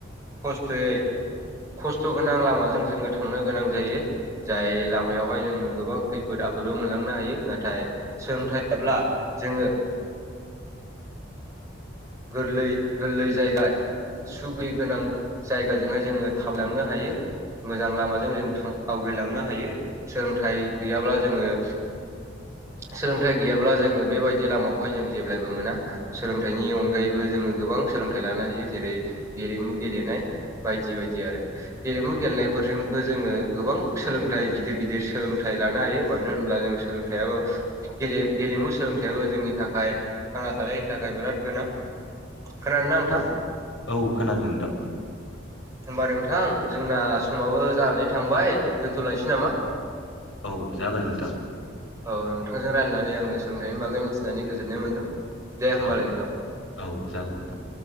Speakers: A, on the right; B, on the left.
A: खस्थ'यै खस्थ' गोनां लामाजों जोङो थांनो गोनां जायो जाय
B: औ
A: लामायावहाय जोङो गोबां खैफोद आफोदबो मोनलांनो हायो नाथाय सोलोंथायाब्ला जोङो गोरलै गोरलै जायगा सुगिय गोनां जायगाजोंहाय जोङो थाबलांनो हायो मोजां लामाजों जों आवग्रिलांनो हायो सोलोंथाइ गैयाब्ला जोङो सोलोंथाइ गैयाब्ला जोङो बेबायदि लामाखौहाय जों जेब्लबो मोना सोलोंथाइनि अनगायैबो जोङो गोबां सोलोंथाइ लानो हायो जेरै गेलेमु गेलेनाय बायदि बायदि आरो गेलेमु
B: औ
A: गेलेनायफोरजोंबो जोङो गोबां सोलोंथाइ गिदिर गिदिर सोलोंथाइ लानो हायो मानो होनब्ला जों सोलोंथाइयाबो गेले गेलेमु सोलोंथाइयाबो जोंनि थाखाय थांना थानायनि थाखाय बिराद गोनां खोनादोंना नोंथां
B: औ औ खोनादों नोंथां
A: होमबा नोंथां जोंना समाबो जानानै थांबाय दोन्थ'लायनोसै नामा
B: औ जागोन नोंथां
A: औ नोंथांजों रायल्लायनानै आङो सोलोंथाइनि बागै मिथिनानै गोजोननाय मोनदों दे होमबालाय
B: औ
A: नोंथां
B: औ जागोन नोंथां